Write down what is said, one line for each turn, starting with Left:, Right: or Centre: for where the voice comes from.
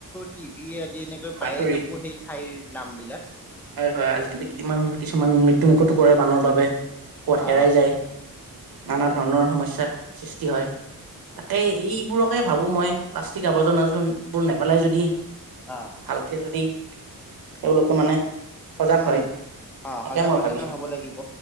Centre: টিভি আদি এনেকৈ
Right: বাতৰিত
Centre: পায়ে থাকো সেই ঠাইৰ নাম বিলাক
Right: হয় হয় আজিকালি কিমান কিছুমান মৃত্যু মুুখতো পৰে আনৰৰ বাবে কত
Centre: অ
Right: হেৰাই
Centre: অ
Right: যায় নানা ধৰণৰ সমস্যা সৃষ্টি হয়। তাকে এইবোৰকে ভাবোঁ মই, প্লাষ্টিক আৱৰ্জনবোৰ নেপেলাই যদি
Centre: অ'।
Right: ভালকে যদি এওঁলোকে মানে সজাগ
Centre: উম,
Right: হয়
Centre: অ'
Right: তাকে
Centre: সজাগ
Right: মই
Centre: সচেতন
Right: ভাবিছো
Centre: হ'ব লাগিব